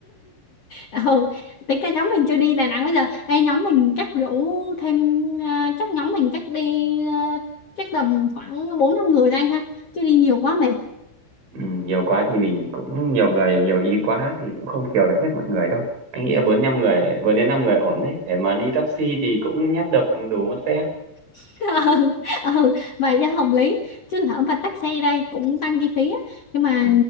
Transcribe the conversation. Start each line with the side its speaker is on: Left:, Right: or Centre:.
Left: <laughs> ừ tính cả nhóm mình chưa đi Đà Nẵng bây giờ Ê, nhóm mình chắc rủ thêm ờ, chắc nhóm mình chắc đi ờ, chắc tầm khoảng bốn năm người thôi anh ha chứ đi nhiều quá mệt
Right: ừ, nhiều quá thì mình cũng nhiều người nhiều ý quá thì cũng không chiều được hết mọi người đâu anh nghĩ là bốn năm người bốn đến năm người ổn đấy để mà đi taxi thì cũng nhét được đủ một xe
Left: <laughs> ừ, ừ vậy cho hợp lý chứ lỡ mà tắc xe đây cũng tăng chi phí á nhưng mà
Right: ừ,